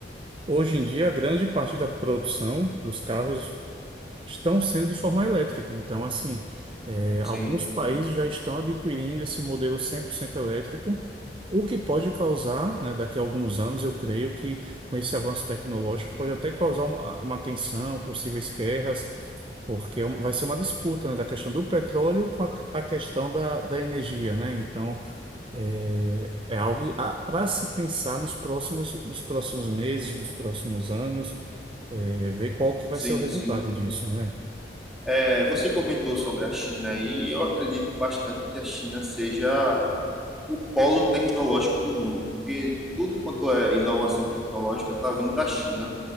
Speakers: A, on the right; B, in the centre.
A: hoje em dia, a grande parte da produção dos carros estão sendo de forma elétrica. Então, assim, é,
B: Sim,
A: alguns países já estão adquirindo esse modelo 100% elétrico, o que pode causar, né, daqui a alguns anos, eu creio que com esse avanço tecnológico pode até causar uma, uma tensão, possíveis guerras, porque é um- vai ser uma disputa, né, da questão do petróleo com a, a questão da, da energia, né? Então, é, é algo para se pensar nos próximos, nos próximos meses, nos próximos anos, é, ver qual que vai
B: sim,
A: ser o resultado
B: sim.
A: disso, né?
B: É, você comentou sobre a China aí, eu acredito bastante que a China seja o polo tecnológico do mundo, porque tudo quanto é inovação tecnológica está vindo da China.